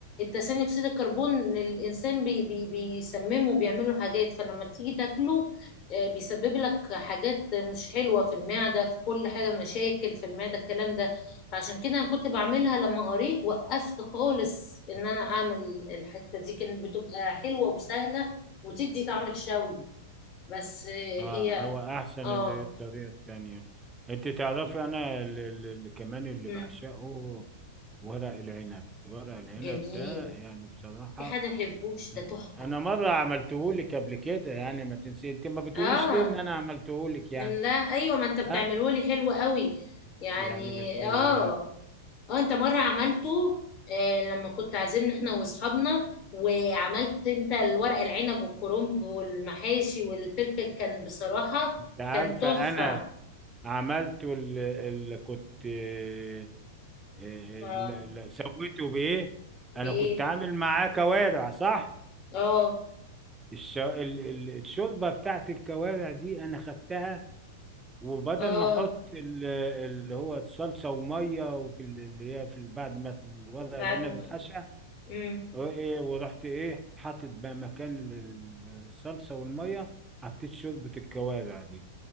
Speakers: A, on the left; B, on the right.
A: ثاني اكسيد الكربون إن الانسان بي... بي... بيسممه بيعمله حاجات فلما تيجي تاكله آه، بيسبب لك حاجات مش حلوه في المعده في كل حاجه مشاكل في المعده الكلام ده فعشان كده انا كنت بعملها لما قريت وقفت خالص ان انا اعمل الحته دي كانت بتبقى حلوه وسهله وتدي طعم الشوي بس آه،
B: اه
A: هي
B: هو احسن
A: اه
B: ال- الطريقة التانية انت تعرفي انا اللي, اللي كمان اللي
A: مم.
B: بعشقه ورق العنب ورق العنب
A: جميل
B: ده يعني بصراحة
A: في حد ما يحبوش ده
B: آه.
A: تحفة
B: أنا مرة عملتهولك قبل كده يعني ما تنسي أنت ما بتقوليش
A: اه
B: ليه إن أنا عملتهولك
A: يعني
B: يعني
A: لا ايوه ما انت بتعمله
B: ها
A: لي حلو قوي يعني
B: يعني مش ال...
A: اه اه انت مرة عملته آه لما كنت عازمنا احنا واصحابنا وعملت انت الورق العنب والكرنب والمحاشي والفلفل كان بصراحة
B: أنت عارفة
A: كان تحفة
B: أنا عملته ال... ال... كنت آه، آه،
A: اه
B: الم- ال- سويته بإيه؟
A: بايه
B: أنا كنت عامل معاه كوارع صح؟
A: اه
B: الش... ال... ال... الشوربة بتاعت الكوارع دي أنا خدتها وبدل
A: اه
B: ما احط ال- اللي هو الصلصه وميه وفي ال- اللي هي في ال- بعد ما الورق
A: بعد
B: العنب
A: ما
B: اتحشى
A: مم.
B: أو إيه، ورحت ايه حاطط بقى مكان ال- ال- الصلصه والميه حطيت شوربه الكوارع دي